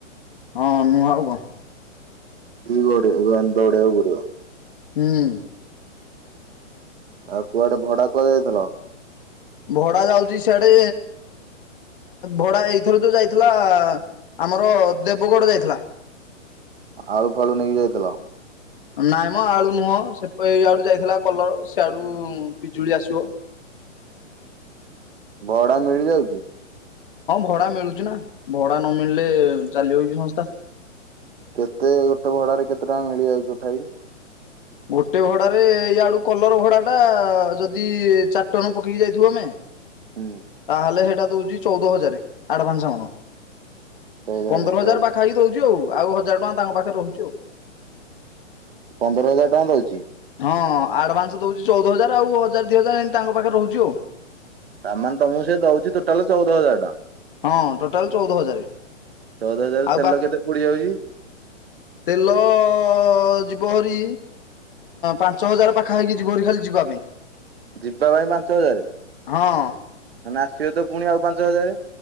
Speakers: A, on the left; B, on the right.
A: ହଁ ନୁଆ ଆଉ କଣ
B: ଗଡ଼ି ଗନ୍ତଉଡ ପଡିବ
A: ହୁଁ
B: ଆଉ କୁଆଡେ ଭଡା କୁହା ଯାଇଥିଲ
A: ଭଡା ଯାଉଛି ସଆଡେ ଭଡା ଏଇଥର ଯୋଉ ଯାଇଥିଲା ଆମର ଦେବଗଡ଼ ଯାଇଥିଲା
B: ଆଳୁ ଫାଳୁ ନେଇକି ଯାଇଥିଲ
A: ନାଇଁ ମ ଆଡୁ ନୁହଁ ସେ ଏଇଆଡୁ ଯାଇଥିଲା କଲର ସେଆଡୁ ପିଜୁଳି ଆସିବ
B: ଭଡା ମିଳି ଯାଉଛି
A: ହଁ ଭଡା ମିଳୁଛି ନା ଭଡା ନ ମିଳିଲେ ଚାଲିବ କି ସଂସ୍ଥା
B: କେତେ ଗୋଟେ ଭଡାରେ କେତେ ଟଙ୍କା ମିଳିଯାଉଛିଠାଇ
A: ଗୋଟେ ଭଡାରେ ଇ ଆଡୁ କଲର ଭଡା ଟା ଯଦି ଚାରିଟନ ପକେଇକି ଯାଇଥିବ ଆମେ
B: ହୁଁ।
A: ତାହେଲେ ସେଇଟା ଦଉଛି ଚଉଦ ହଜାର ଆଡଭାନ୍ସ ଆଣ
B: ଚଉଦ
A: ପନ୍ଦର
B: ଚଉଦ
A: ହଜାର ପାଖ ହେଇକି ଦଉଛିୁ ଆଉ ଆଉ ହଜାର ଟଙ୍କା ତାଙ୍କ ପାଖରେ ରହୁଛି ଆଉ
B: ପନ୍ଦର ହଜାର ଟଙ୍କା ରହୁଛି
A: ହଁ ଆଡଭାନ୍ସ ଦଉଛି ଚଉଦ ହଜାର ଆଉ ହଜାର ଦି ହଜାର ଏମତି ତାଙ୍କ ପାଖରେ ରହୁଛି ଆଉ
B: ସାମାନ ତମକୁ ସେ ଦଉଛି ଟୋଟାଲ ଚଉଦ ହଜାର ଟଙ୍କା
A: ହଁ ଟୋଟାଲ ଚଉଦ ହଜାର
B: ଚଉଦ ହଜାର
A: ଆଉ
B: ତେଲ
A: ବା
B: କେତେ ପୋଡି ଯାଉଛି
A: ତେଲ ଯ ଯିବରି ପାଞ୍ଚ ହଜାର ପାଖା ହେଇକି ଯିବହରି ଖାଲି ଯିବା ପାଇଁ
B: ଯିବା ପାଇଁ ପାଞ୍ଚ ହଜାର
A: ହଁ
B: ମାନେ ଆସିବ ତ ପୁଣି ଆଉ ପାଞ୍ଚ ହଜାର